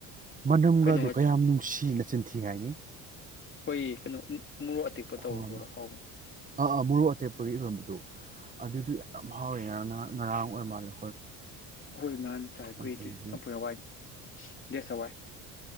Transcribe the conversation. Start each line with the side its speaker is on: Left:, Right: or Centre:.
Right: ꯃꯅꯝꯒꯗꯣ
Left: ꯀꯩꯅꯣ
Right: ꯀꯌꯥꯝ ꯅꯨꯡꯁꯤꯅ ꯆꯤꯟꯊꯤ ꯍꯥꯏꯅꯤ
Left: ꯍꯣꯏ ꯀꯩꯅꯣ ꯎꯝ ꯃꯣꯔꯣꯛ ꯑꯇꯦꯛꯄ
Right: ꯈꯨꯍꯥꯎ
Left: ꯇꯧꯔꯗꯔꯣ
Right: ꯑꯃ
Left: ꯍꯥꯎꯕꯅꯤ
Right: ꯑꯥ ꯑꯥ ꯃꯣꯔꯣꯛ ꯑꯇꯦꯞꯄꯒ ꯏꯔꯣꯟꯕꯗꯣ ꯑꯗꯨꯗꯨ ꯌꯥꯝ ꯍꯥꯎꯋꯦ ꯉꯔꯥꯡ ꯅꯍꯥꯟ ꯉꯔꯥꯡ ꯑꯣꯏ ꯃꯥꯜꯂ
Left: ꯍꯣꯏ ꯅꯍꯥꯟ ꯆꯥꯏ
Right: ꯑꯗꯒꯤ
Left: ꯀꯨꯏꯗ꯭ꯔꯤ ꯆꯝꯐꯨꯠ ꯍꯋꯥꯏ ꯗꯦꯁ ꯍꯋꯥꯏ